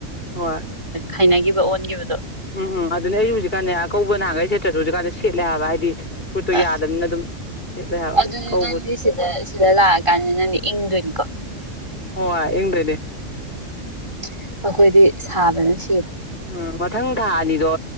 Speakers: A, on the left; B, on the right.
A: ꯍꯣꯏ
B: ꯍꯥꯏꯅꯒꯤ ꯑꯣꯟꯈꯤꯕꯗꯣ
A: ꯎꯝ ꯎꯝ ꯑꯗꯨꯅ ꯑꯩꯁꯨ ꯍꯧꯖꯤꯛꯀꯥꯟꯅꯦ ꯑꯀꯧꯕ ꯅꯍꯥꯟꯒꯩ ꯁꯦꯠꯇ꯭ꯔꯁꯨ ꯍꯧꯖꯤꯛꯀꯥꯟꯗ ꯁꯦꯠꯂꯦ ꯍꯥꯏꯕ ꯍꯥꯏꯗꯤ ꯐꯨꯔꯤꯠꯇꯣ
B: ꯑ
A: ꯌꯥꯗꯕꯅꯤꯅ ꯑꯗꯨꯝ ꯁꯦꯠꯂꯦ ꯍꯥꯏꯕ
B: ꯑꯗꯨꯗꯤ
A: ꯀꯧꯕ
B: ꯅꯪꯗꯤ ꯁꯤꯗ ꯁꯤꯗ ꯂꯥꯛꯑꯀꯥꯟꯗ ꯅꯪꯗꯤ ꯏꯪꯗꯣꯏꯅꯤꯀꯣ
A: ꯍ ꯌꯦꯡꯅꯦ
B: <unintelligible> ꯑꯩꯈꯣꯏꯗꯤ ꯁꯥꯕꯅ ꯁꯤꯔꯦ
A: ꯎꯝ ꯃꯊꯪ ꯊꯥ ꯑꯅꯤꯗꯣ